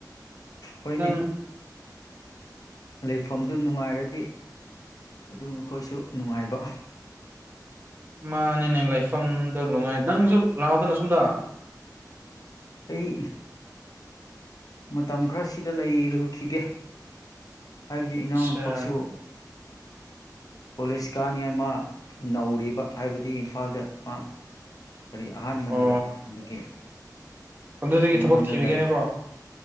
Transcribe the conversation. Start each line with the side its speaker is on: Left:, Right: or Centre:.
Left: ꯍꯅꯦ
Right: ꯅꯪ
Left: ꯂꯩꯐꯝꯗꯨ ꯅꯨꯡꯉꯥꯏꯔꯗꯤ ꯑꯗꯨ ꯃꯈꯣꯏꯁꯨ ꯅꯨꯡꯉꯥꯏꯕ
Right: ꯃꯥꯅꯦꯅꯦ ꯂꯥꯏꯐꯝꯗꯨ ꯅꯨꯡꯉꯥꯏ ꯅꯪꯁꯨ ꯂꯥꯛꯑꯣꯗꯅ ꯁꯣꯝꯗ
Left: ꯑꯩ ꯃꯇꯝ ꯈꯔ ꯁꯤꯗ ꯂꯩꯔꯨꯈꯤꯒꯦ ꯍꯥꯏꯕꯗꯤ
Right: ꯑꯠꯆꯥ
Left: ꯏꯅꯥꯎꯅꯨꯄꯥꯁꯨ ꯀꯣꯂꯦꯖ ꯀꯥꯅꯤꯉꯥꯏ ꯃꯥ ꯅꯧꯔꯤꯕ ꯍꯥꯏꯕꯗꯤ ꯏꯝꯐꯥꯜꯗ ꯃꯥ ꯀꯔꯤ ꯑꯍꯥꯟꯕꯅꯦꯕ
Right: ꯑꯣ
Left: ꯑꯗꯨꯒꯤ
Right: ꯑꯗꯨꯗꯒꯤ
Left: ꯃꯉꯣꯟꯗ
Right: ꯊꯕꯛ ꯊꯤꯔꯒꯦ
Left: ꯂꯩ
Right: ꯍꯥꯏꯕ꯭ꯔꯣ